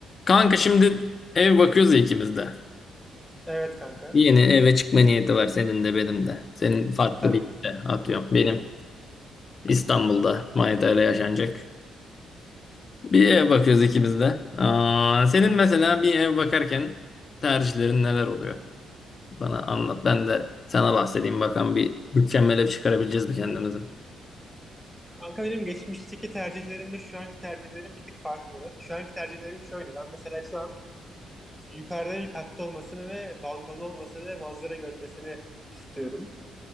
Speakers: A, on the left; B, in the centre.
A: Kanka şimdi ev bakıyoruz ya ikimiz de.
B: Evet kanka.
A: Yeni eve çıkma niyeti var senin de benim de. Senin farklı
B: Tabii.
A: bir de atıyorum. Benim İstanbul'da Manita ile yaşanacak. Bir ev bakıyoruz ikimiz de. Aa, senin mesela bir ev bakarken tercihlerin neler oluyor? Bana anlat. Ben de sana bahsedeyim. Bakalım bir mükemmel ev çıkarabileceğiz mi kendimize?
B: Kanka benim geçmişteki tercihlerimle şu anki tercihlerim bir tık farklı. Şu anki tercihlerim şöyle. Ben mesela şu an yukarıda bir katta olmasını ve balkonlu olmasını ve manzara görmesini istiyorum.